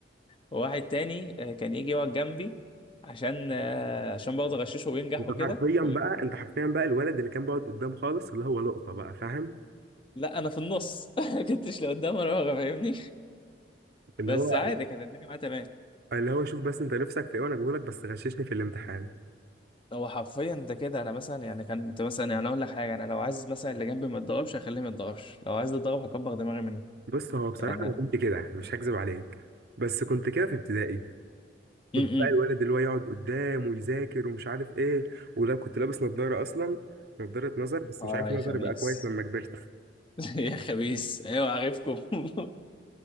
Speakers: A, on the left; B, on the right.
A: وواحد تاني آه كان يجي يقعد جنبي عشان آه عشان برضه اغششه وينجح
B: انت
A: وكده
B: حرفيا
A: و-
B: بقى انت حرفيا بقى الولد اللي كان بيقعد قدام خالص اللي هو لقطة بقى فاهم
A: لا انا في النص <laughs> ما كنتش لقدام ولا ورا فاهمني
B: اللي
A: بس
B: هو
A: عادي كانت الدنيا معايا تمام
B: اللي هو شوف بس انت نفسك في ايه وانا بقولك بس غششني في الامتحان
A: هو حرفيا ده كده انا مثلا يعني كنت مثلا يعني اقول لك حاجه انا لو عايز مثلا اللي جنبي ما يتضربش هخليه ما يتضربش لو عايز يتضرب هكبر دماغي منه
B: بص هو بصراحة
A: يعني
B: انا كنت كده مش هكذب عليك بس كنت كده في ابتدائي كنت
A: امم
B: بقى الولد اللي هو يقعد قدام ويذاكر ومش عارف ايه ولا كنت لابس نظارة اصلا نظارة نظر بس
A: اه
B: مش عارف
A: يا
B: نظري
A: خبيث
B: بقى كويس لما كبرت
A: <laughs> يا خبيث ايوه عارفكم <laughs>